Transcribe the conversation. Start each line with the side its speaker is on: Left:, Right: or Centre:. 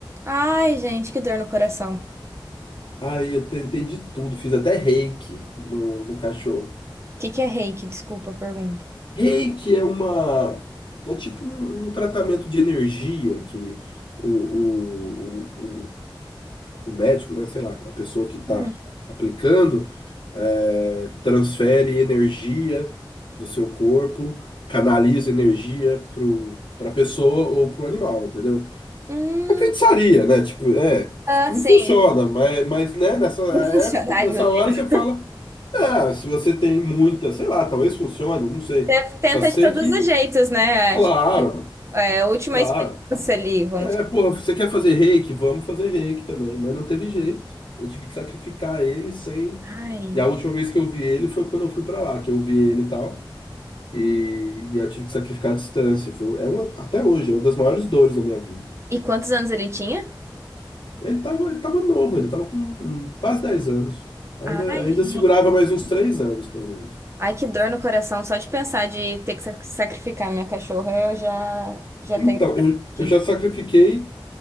Right: Ai, gente, que dor no coração. O
Left: Aí eu tentei de tudo, fiz até reiki no, no cachorro.
Right: que que é reiki? Desculpa a pergunta.
Left: Reiki é uma. É tipo um, um tratamento de energia que o, o, o, o- o médico, né, sei lá, a pessoa que tá
Right: Hum.
Left: aplicando, é, transfere energia do seu corpo, canaliza energia pro, pra pessoa ou pro animal, entendeu?
Right: Hum,
Left: É feitiçaria, né? Tipo, é,
Right: Ah,
Left: não
Right: sim.
Left: funciona, mas, mas né, nessa
Right: <laughs>
Left: época,
Right: Funcionar,
Left: nessa
Right: meu
Left: hora
Right: Deus.
Left: você fala, ah, se você tem muita, sei lá, talvez funcione, não sei.
Right: Você tenta
Left: Só sei
Right: de todos
Left: que,
Right: os jeitos, né?
Left: claro,
Right: É, Tipo, é a última
Left: claro.
Right: experiência ali, vamos.
Left: É, porra, você quer fazer reiki? Vamos fazer reiki também, mas não teve jeito. Eu tive que sacrificar ele sem.
Right: ai.
Left: E a última vez que eu vi ele foi quando eu fui pra lá, que eu vi ele e tal. E, e eu tive que sacrificar a distância. Foi, é uma, até hoje, é uma das maiores dores da minha vida.
Right: E quantos anos ele tinha?
Left: Ele estava ele tava novo, ele estava com quase 10 anos. Ainda,
Right: Ai,
Left: ainda
Right: gente.
Left: segurava mais uns 3 anos, pelo menos.
Right: Ai, que dor no coração, só de pensar de ter que sac- sacrificar minha cachorra, eu já, já
Left: Então,
Right: tenho
Left: eu,
Right: aqui.
Left: eu já sacrifiquei